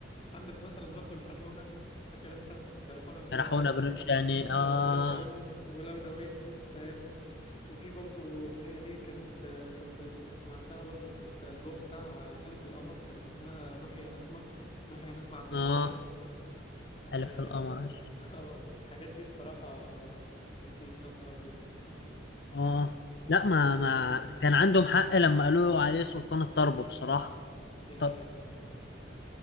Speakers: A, on the left; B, on the left.
A: عندك مثلا برضو جرحونا فاكر انت جرحونا بدمع
B: راحونا
A: عينهم
B: برمش يعني حقون
A: <laughs>
B: ابراهيم شاني اه
A: برمش عينهم ولو نويت فاهم وفي برضو أغنية ليه كانت آه، كنت سم- سمعتها برضو كانت في ألبوم بتاع آه، حلف القمر كانت اسمها روحي يا نسمة روحي يا نسمة عند الحبايب
B: اه حلف
A: اه
B: القمر
A: <laughs> آه، الحاجات دي الصراحة ما تتنسيش يا نهار أبيض
B: اه لا ما
A: ال...
B: ما كان عندهم حق لما قالوا عليه سلطان الطرب بصراحة
A: دي حقيقة
B: طب
A: الصراحة دي حقيقة